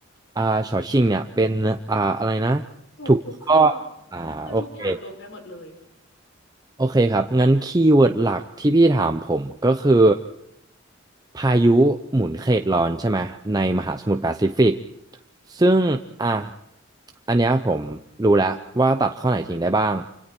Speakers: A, on the right; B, on the left.
A: อ่าฉอชิงเนี่ยเป็นอ่าอะไรนะ
B: ถูกทุกข้อ
A: ถูกข้ออ่าโอเค
B: คือทุกอย่างรวมกันหมดเลย
A: โอเคครับงั้นคีย์เวิร์ดหลักที่พี่ถามผมก็คือพายุหมุนเขตร้อนใช่ไหมในมหาสมุทรแปซิฟิกซึ่งอ่ะอันเนี้ยผมรู้แล้วว่าตัดข้อไหนทิ้งได้บ้าง